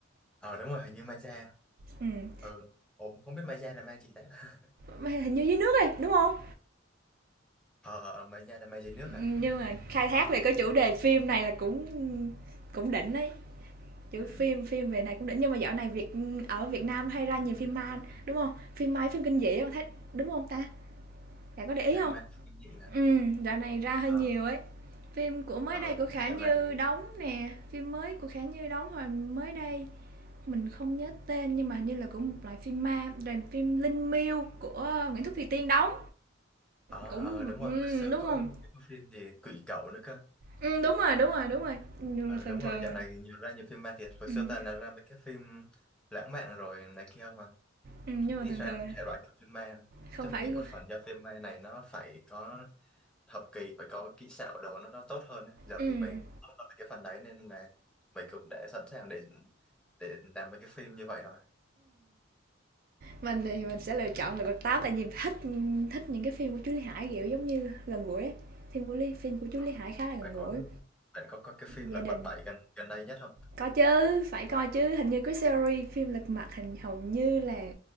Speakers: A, in the centre; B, on the right (about 45°).
A: ờ đúng rồi hình như ma da
B: Ừm,
A: ừ Ủa, không biết ma da là ma gì đấy <laughs>
B: mà hình như dưới nước ấy, đúng không
A: ờ ma da là ma dưới nước
B: Ừm,
A: à
B: nhưng mà khai thác
A: ờ
B: về cái chủ đề phim này là cũng cũng đỉnh đấy. Chứ
A: ừ.
B: phim phim về này cũng đỉnh nhưng mà dạo này Việt ở Việt Nam hay ra nhiều phim ma, đúng không Phim ma phim kinh dị á, thấy đúng không ta? Bạn có để ý
A: phim
B: không
A: ma kinh dị hả
B: Ừm, dạo này ra hơi
A: ờ
B: nhiều ấy. Phim của mới
A: ờ
B: đây của Khả
A: chắc dạo
B: Như
A: này
B: đóng nè, phim mới của Khả Như đóng hồi mới đây, mình không nhớ tên nhưng mà hình như là cũng một loại phim ma, rồi phim Linh Miêu của Nguyễn Thúc Thùy Tiên đóng,
A: À,
B: cũng
A: à đúng
B: ừm,
A: rồi, hồi xưa
B: đúng
A: có
B: không
A: một cái phim gì Quỷ Cẩu nữa cơ.
B: Ừm, đúng rồi, đúng rồi, đúng rồi, nhưng
A: ờ
B: mà thường
A: đúng
B: thường
A: rồi, dạo
B: à.
A: này nhiều ra nhiều phim ma thiệt. Hồi
B: Ừm,
A: xưa toàn là ra mấy cái phim lãng mạn rồi này kia không à.
B: nhưng
A: Ít
B: mà thường
A: ra
B: thường à,
A: thể loại của phim ma.
B: không
A: Chắc
B: phải
A: mình nghĩ
B: gu
A: một phần do phim ma này nó phải có học kỳ, phải có kỹ xảo đồ nó nó tốt hơn ấy. Giờ
B: ừm,
A: thì mình tốt hơn cái phần đấy nên là mình cũng đã sẵn sàng để để làm mấy cái phim như vậy rồi.
B: Mình thì mình sẽ lựa chọn Lật Mặt Tám tại vì thích thích những cái phim của chú Lý Hải, kiểu, giống như gần gũi ấy. Phim của Lý phim của chú
A: Ờ,
B: Lý Hải khá là gần
A: Phải
B: gũi,
A: có bạn có có cái phim
B: gia
A: Lật
B: đình.
A: Mặt 7 gần gần đây nhất không?
B: Có chứ, phải coi chứ, hình như cái series phim Lật Mặt hình hầu như là